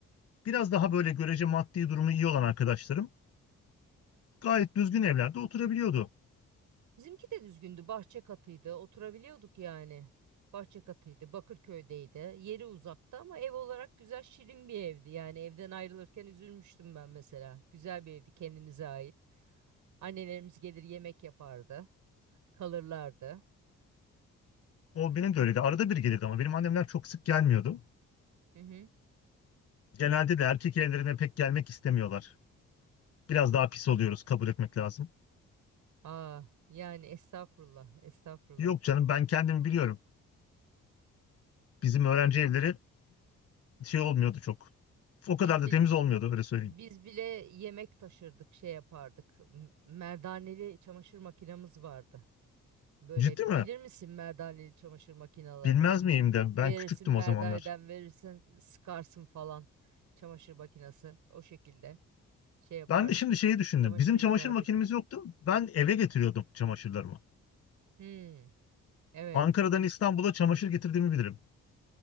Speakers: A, on the left; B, on the right.
A: biraz daha böyle görece maddi durumu iyi olan arkadaşlarım gayet düzgün evlerde oturabiliyordu.
B: Bizimki de düzgündü. Bahçe katıydı. Oturabiliyorduk yani. Bahçe katıydı. Bakırköy'deydi. Yeri uzakta ama ev olarak güzel şirin bir evdi. Yani evden ayrılırken üzülmüştüm ben mesela. Güzel bir evdi kendimize ait. Annelerimiz gelir yemek yapardı. Kalırlardı.
A: O benim de öyleydi. Arada bir gelirdi ama benim annemler çok sık gelmiyordu.
B: Hı hı.
A: Genelde de erkek evlerine pek gelmek istemiyorlar. Biraz daha pis oluyoruz kabul etmek lazım.
B: Aa, yani estağfurullah, estağfurullah.
A: Yok canım ben kendimi biliyorum. Bizim öğrenci evleri şey olmuyordu çok. O kadar
B: Biz
A: da
B: bir
A: temiz olmuyordu öyle söyleyeyim.
B: biz bile yemek taşırdık, şey yapardık. M- Merdaneli çamaşır makinamız vardı. Böyle
A: Ciddi mi?
B: bilir misin merdaneli çamaşır makinelerini?
A: Bilmez
B: Ti-
A: miyim de ben
B: Verirsin
A: küçüktüm
B: merdaneden
A: o zamanlar.
B: verirsin sıkarsın falan. Çamaşır makinesi o şekilde şey yapardık.
A: Ben de şimdi şeyi düşündüm.
B: Çamaşır
A: Bizim
B: yıkardık.
A: çamaşır makinemiz yoktu. Ben eve getiriyordum çamaşırlarımı.
B: Hmm, evet.
A: Ankara'dan İstanbul'a çamaşır getirdiğimi bilirim.